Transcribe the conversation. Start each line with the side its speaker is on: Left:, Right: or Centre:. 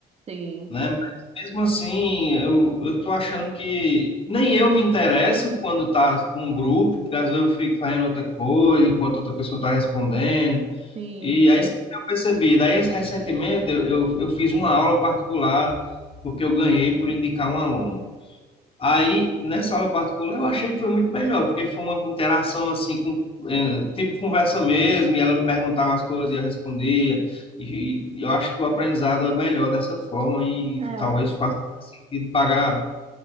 Right: Sim,
Left: né? Mas mesmo assim, eu, eu tô achando que nem eu me interesso quando tá num grupo, porque às vezes eu fico fazendo outra coisa enquanto outra pessoa tá respondendo.
Right: sim,
Left: E aí isso que eu percebi. Daí recentemente eu, eu, eu fiz uma aula particular porque eu ganhei por indicar um aluno. Aí, nessa aula particular, eu achei que foi muito melhor, porque foi uma interação assim, com, eh, tipo conversa mesmo, e ela me perguntava as coisas e eu respondia. E, e eu acho que o aprendizado é melhor dessa forma, e
Right: é,
Left: talvez faça mais sentido pagar,